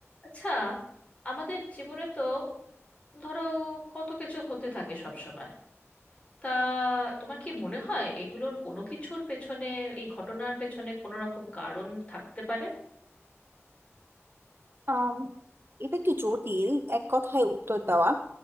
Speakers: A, on the left (about 25°); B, on the right (about 50°).
A: আচ্ছা আমাদের জীবনে তো ধরো কত কিছু হতে থাকে সব সময় তা তোমার কি মনে হয় এগুলোর কোনো কিছুর পেছনে এই ঘটনার পেছনে কোনো রকম কারণ থাকতে পারে
B: আম, এটা একটু জটিল এক কথায় উত্তর দেওয়া